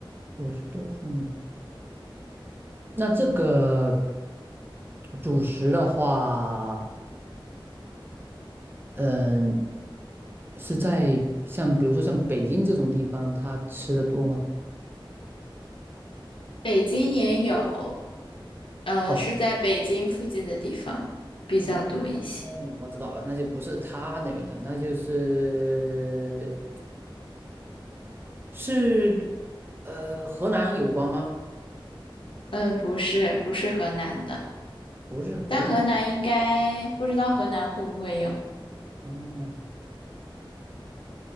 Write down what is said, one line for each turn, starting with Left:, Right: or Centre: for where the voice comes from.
Right: 不是豆腐脑。那这个主食的话，嗯，是在像比如说像北京这种地方，它吃的多吗？
Left: 北京也有，呃，
Right: 哦
Left: 是在北京附近的地方比较多一些。
Right: 哦，我知道了，那就不是他那边的，那就是是呃河南有关吗？
Left: 呃，不是，不是河南的，
Right: 不是河南，
Left: 但河南应该不知道河南会不会有。
Right: 哦，